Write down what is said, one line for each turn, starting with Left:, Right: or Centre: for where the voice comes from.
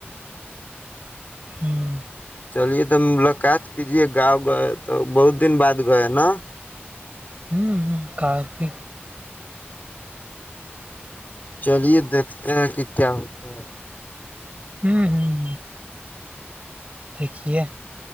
Right: ہوں
Left: چلیے ت ملاقات کیجیے گاؤں گئے تو بہت دن بعد گئے نا
Right: ہوں کافی
Left: چلیے دیکھتے ہیں کہ کیا ہوتا ہے
Right: ہوں ہوں دیک ہے